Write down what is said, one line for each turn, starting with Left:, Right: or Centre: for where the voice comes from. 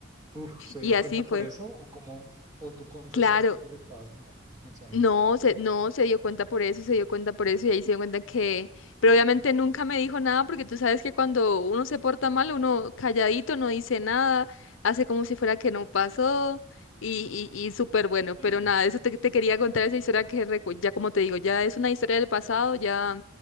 Right: Uf, ¿se dio
Left: Y así
Right: cuenta por
Left: fue.
Right: eso? ¿O cómo? ¿O tú confesaste
Left: Claro,
Right: que le estabas mirando los mensajes?
Left: No, se, no, se dio cuenta por eso, se dio cuenta por eso y ahí se dio cuenta que, pero obviamente nunca me dijo nada porque tú sabes que cuando uno se porta mal, uno calladito, no dice nada, hace como si fuera que no pasó y, y, y súper bueno, pero
Right: Sí,
Left: nada, eso te, te quería contar esa historia que recu- ya como te digo, ya es una historia del pasado, ya,